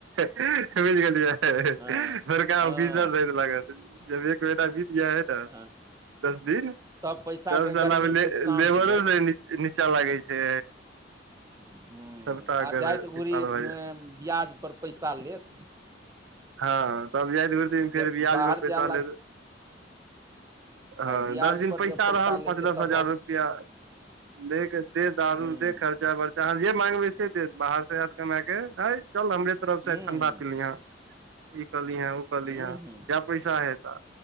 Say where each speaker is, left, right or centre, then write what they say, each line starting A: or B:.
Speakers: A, on the right; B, on the right.
A: समैझ गेलियै
B: हँ
A: बड़का
B: हँ
A: औफिसर जँका लागत जब एक महीना बीत जाय है न
B: हँ
A: दस दिन
B: तब पैसाके
A: दस
B: गर्मी
A: दना
B: कुछ शान्त
A: लेबरो
B: भेल
A: नीचा लागै छै
B: हुँ
A: सबटा
B: आ
A: एकर
B: जाति
A: अथी
B: गोरी
A: पार भऽ
B: ब्याजपर
A: जाइ
B: पैसा लेत
A: हँ तब जाइत घुर दिन
B: जब
A: फेर बियाज
B: बाहर
A: पर पैसा
B: जाय लाग
A: लेत हँ
B: ब्याज
A: दस दिन
B: पर
A: पैसा
B: जब
A: रहल
B: लै
A: पाँच
B: छै
A: दस
B: तब
A: हजार
B: ओ
A: रुपैआ
B: <inaudible>
A: दे
B: हुँ
A: दारू दे खर्चा बर्चा अहाँ जे माँगबै से देत बाहर से आयत कमाके ह चल हम हमरे तरफ
B: हुँ
A: से ठंडा
B: हुँ
A: पी लिहां हे ई कहलीहे उ कलिहां
B: हुँ हुँ
A: जा पैसा ह ता